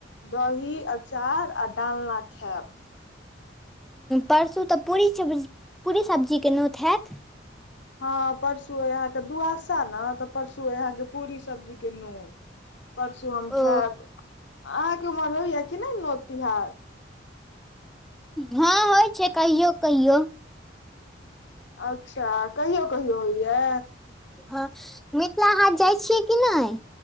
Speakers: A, on the left (about 70°); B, in the centre.
A: दही अचार आ डालना खायब
B: परसू तऽ पूरी पूरी सब्जीके नोत हैत?
A: हँ परसू अइ अहाँके दुआसा ने तऽ परसू अइ अहाँके पूरी सब्जीक के नोत। परसू हम
B: ओ
A: खायब अहाँके उमहर होइए कि नहि नोत तिहार?
B: हँ होइ छै कहियौ कहियौ।
A: अच्छा कहियो कहियो होइय?
B: हँ मिथिला हाट जाइ छियै कि नहि?